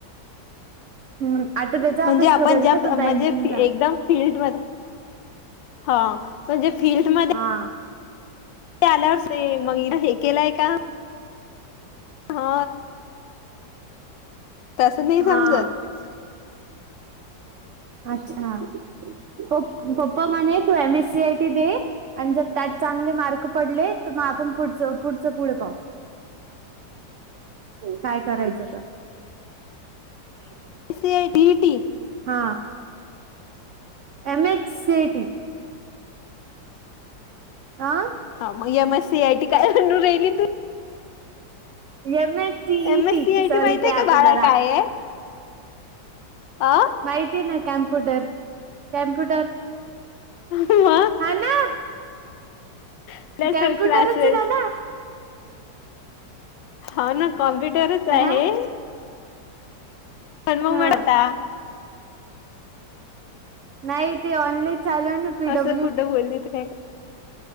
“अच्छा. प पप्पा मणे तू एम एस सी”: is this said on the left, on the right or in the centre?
Right